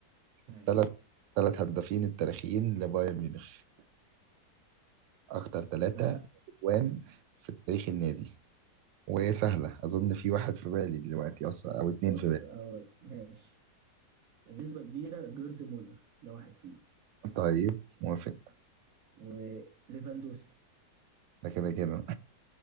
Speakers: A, on the right; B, on the right.
A: ماشي
B: التلات تلات هدافين التاريخيين لبايرن ميونخ أكتر ثلاثة
A: لا
B: أجوان في تاريخ النادي وسهلة أظن في واحد في بالي دلوقتي أصلا أو اتنين
A: بص
B: في بالي
A: اول ماشي نسبة كبيرة جيرد مولر ده واحد فيهم
B: طيب موافق
A: وليفاندوسكي
B: ده كده كده